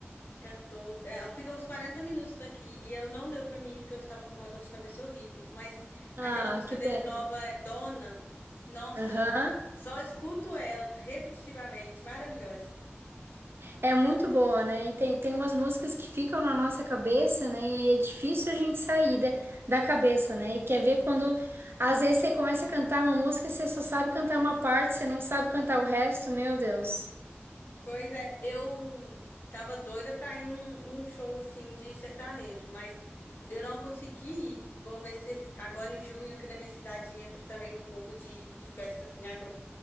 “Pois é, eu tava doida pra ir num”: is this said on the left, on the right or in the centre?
Left